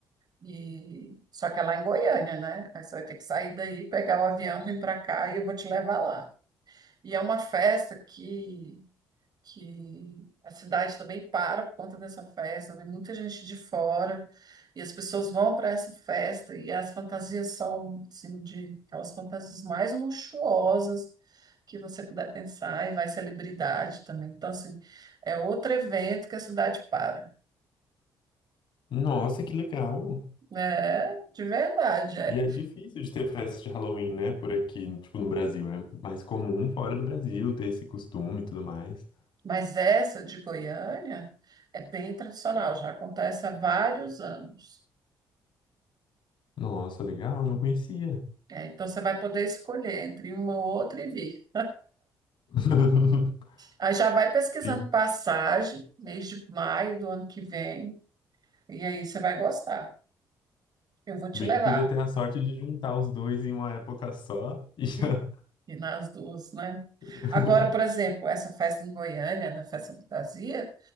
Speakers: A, on the right; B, on the left.
A: E só que é lá em Goiânia, né? Aí você vai ter que sair daí, pegar o avião, vir para cá e eu vou te levar lá. E é uma festa que que a cidade também para por conta dessa festa, vem muita gente de fora, e as pessoas vão para essa festa, e as fantasias são, assim, de aquelas fantasias mais luxuosas que você puder pensar, e vai celebridade também. Então, assim, é outro evento que a cidade para.
B: Nossa, que legal.
A: É, de verdade, é.
B: E é difícil de ter festa de Halloween, né? Por aqui, tipo, no Brasil. É mais comum fora do Brasil ter esse costume e tudo mais.
A: Mas essa de Goiânia é bem tradicional, já acontece há vários anos.
B: Nossa, legal, não conhecia.
A: É, então, você vai poder escolher entre uma ou outra e vir.
B: <laughs>
A: Aí já vai pesquisando
B: Bem,
A: passagem, mês de maio do ano que vem, e aí você vai gostar. Eu vou te
B: bem
A: levar.
B: que podia ter a sorte de juntar os dois em uma época só e já.
A: E, e nas duas, né?
B: <laughs>
A: Agora, por exemplo, essa festa em Goiânia, da Festa Fantasia,